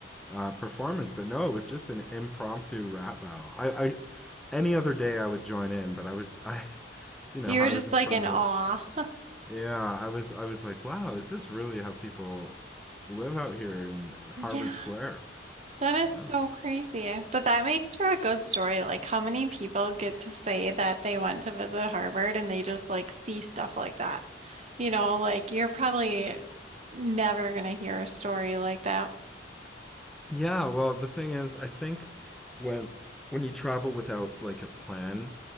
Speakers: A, in the centre; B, on the right.
A: uh, performance? But no, it was just an impromptu rap battle. I, I any other day I would join in, but I was <laughs> I, you know,
B: You
A: I
B: were just
A: was in
B: like
A: front
B: in awe.
A: of
B: <laughs>
A: Yeah, I was I was like, wow, is this really how people live out here in
B: Yeah,
A: Harvard Square?
B: that is so
A: Oh.
B: crazy. But that makes for a good story. Like, how many people get to say that they went to visit Harvard and they just like see stuff like that? You know, like you're probably never gonna hear a story like that.
A: Yeah, well, the thing is, I think when when you travel without like a plan,